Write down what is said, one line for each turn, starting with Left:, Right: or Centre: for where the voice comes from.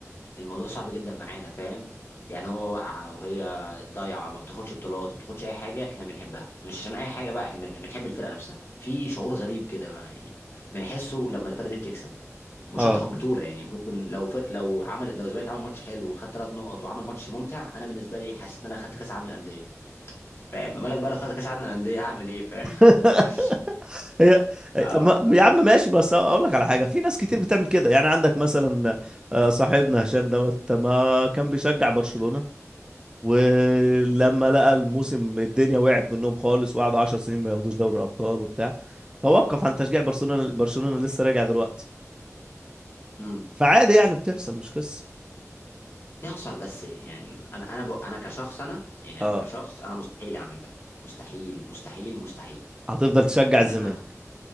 Left: الموضوع صعب جدا معانا فاهم يعني هو واقعة وهي ضايعة ما بتاخدش بطولات ما بتاخدش أي حاجة إحنا بنحبها مش عشان أي حاجة بقى إحنا بن- بنحب الفرقة نفسها في شعور غريب كده بقى يعني بنحسه لما الفرقة دي بتكسب مش
Right: اه
Left: شرط تاخد بطولة يعني ممكن لو فرق لو عمل لو الزمالك عمل ماتش حلو وخد ثلاث نقط وعمل ماتش ممتع أنا بالنسبة لي حسيت إن أنا خدت كأس العالم للأندية فاهم مالك بقى لو خدت كأس العالم للأندية هعمل إيه فاهم
Right: <laughs>
Left: <laughs>
Right: هي
Left: اه
Right: طب ما-
Left: والله
Right: يا عم ماشي بس اقول لك على حاجه في ناس كتير بتعمل كده يعني عندك مثلا آه، صاحبنا هشام دوت ما كان بيشجع برشلونه ولما لقى الموسم الدنيا وقعت منهم خالص وقعدوا 10 سنين ما ياخدوش دوري الابطال وبتاع توقف عن تشجيع برشلونه برشلونه لسه راجع دلوقتي
Left: امم
Right: فعادي يعني بتحصل مش قصه
Left: بيحصل بس يعني انا انا ب... انا كشخص انا يعني
Right: اه
Left: انا كشخص انا مستحيل اعمل ده مستحيل مستحيل مستحيل
Right: هتفضل تشجع
Left: لان
Right: الزمالك
Left: انا